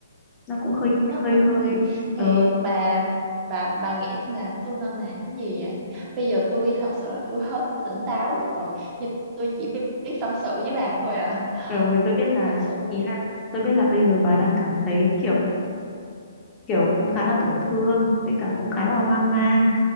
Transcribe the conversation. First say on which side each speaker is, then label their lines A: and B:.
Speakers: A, on the left; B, on the right.
A: nó cũng hơi
B: nó
A: hơi
B: cũng
A: hơi
B: kỳ thì
A: ờ,
B: bà bà bà nghĩ là tôi nên làm cái gì vậy bây giờ tôi thật sự là tôi hết tỉnh táo được rồi nhưng tôi chỉ biết biết tâm sự với bà thôi à
A: rồi tôi biết là
B: thật sự luôn
A: ý là tôi biết là bây giờ bà đang cảm thấy kiểu kiểu cũng khá là tổn thương với cả cũng khá là hoang mang